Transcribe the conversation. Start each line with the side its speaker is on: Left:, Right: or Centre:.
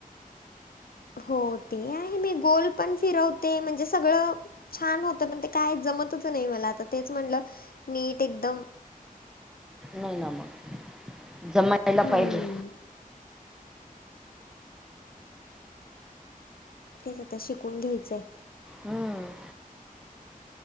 Left: हो, ते आहे. मी गोल पण फिरवते म्हणजे सगळं छान होत पण ते काय जमतच नाही मला आता तेच म्हटल नीट एकदम
Centre: नई ना मग... जमायला
Left: हम्म
Centre: पाहिजे.
Left: तेच आता... शिकून घ्यायचंय.
Centre: हम्म.